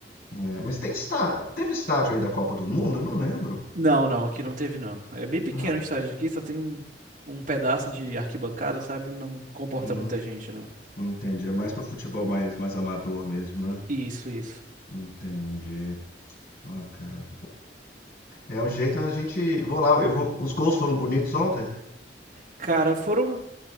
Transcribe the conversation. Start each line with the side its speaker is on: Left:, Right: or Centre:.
Left: É, mas tem está, teve estádio aí da Copa do Mundo? Eu não lembro.
Right: Não, não, aqui não teve, não. É bem pequeno
Left: Ah,
Right: o estádio aqui, só tem um pedaço de arquibancada, sabe? Não comporta
Left: hum,
Right: muita gente, não.
Left: entendi. É mais pro futebol mais, mais amador mesmo, né?
Right: Isso, isso.
Left: Entendi. Ah, cara. É, o jeito é a gente. Vou lá, eu vou. Os gols foram bonitos ontem?
Right: Cara, foram